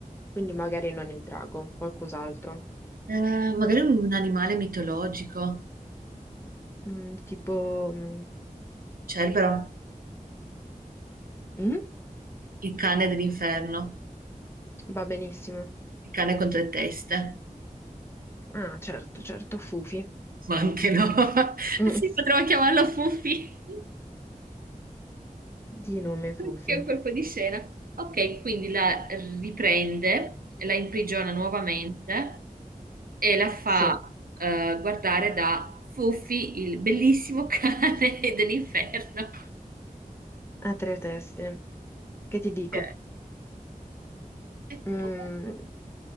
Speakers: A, on the left; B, on the right.
A: quindi magari non il drago, qualcos'altro,
B: Eh, magari un animale mitologico.
A: Mm, tipo... mm,
B: Cerbero,
A: mm?
B: il cane dell'inferno,
A: Va benissimo.
B: il cane con tre teste.
A: Ah, certo, certo, Fufi.
B: Ma anche no. <laughs>
A: Mm,
B: Sì, potremmo chiamarlo Fuffi,
A: Di nome
B: che
A: Fufi.
B: è un colpo di scena. Ok, quindi la riprende, la imprigiona nuovamente e la fa
A: Sì.
B: eh, guardare da Fuffi, il bellissimo cane <laughs> dell'inferno.
A: A tre teste. Che ti dico?
B: Ok, E
A: Mm,
B: poi...